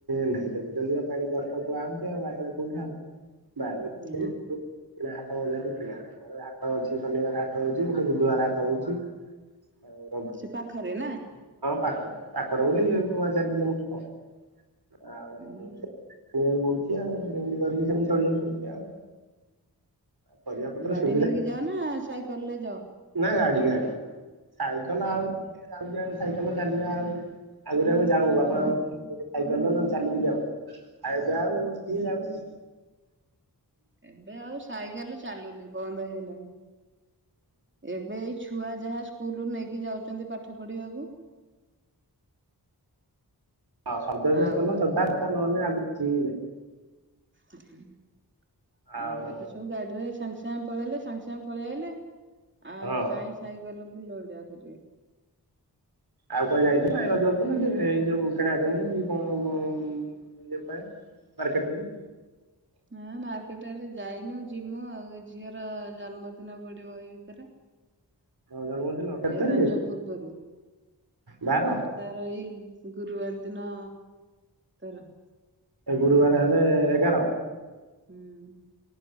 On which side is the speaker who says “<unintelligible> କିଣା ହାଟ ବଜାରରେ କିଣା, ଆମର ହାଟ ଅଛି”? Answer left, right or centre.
Right